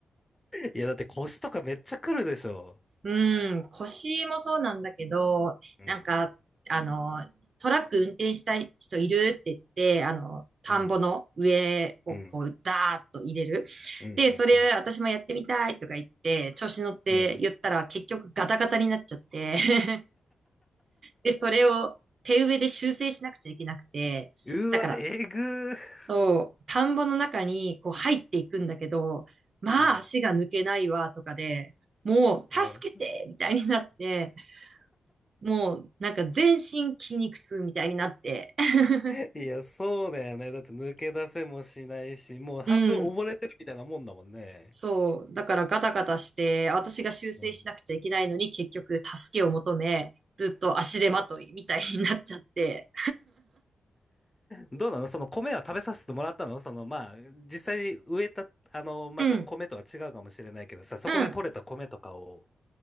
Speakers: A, on the left; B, on the right.
A: いや、だって腰とかめっちゃくるでしょ。
B: うん、腰もそうなんだけど、
A: うん。
B: なんか、あの、トラック運転したい人いるって言って、あの、田んぼの上をこう、
A: うん、うん、
B: ダーッと入れる。
A: うん、
B: で、
A: うん、
B: それ私もやってみたいとか言って、
A: うん。
B: 調子乗って言ったら結局ガタガタになっちゃって、
A: うん
B: <laughs> で、それを手植えで修正しなくちゃいけなくて、
A: うわ、
B: だから、
A: えぐー。
B: そう、田んぼの中にこう入っていくんだけど、まあ足が抜けないわとかで、
A: うん。
B: もう助けてみたいになって、
A: うん
B: もう、なんか全身筋肉痛みたいになって。<laughs>
A: <laughs> いや、そうだよね。だって抜け出せもしないし、もう半分溺れてるみたいなもんだもんね。
B: うん。そう。だからガタガタして、私が修正しなくちゃいけないのに結局助けを求め、
A: うん。
B: ずっと足手まといみたいになっちゃって。
A: どうなのその米は食べさせてもらったのその、まあ、実際に植えた、あの、また米とは違うかもしれないけどさ、
B: うん。
A: そこで採れた米とかを
B: うん。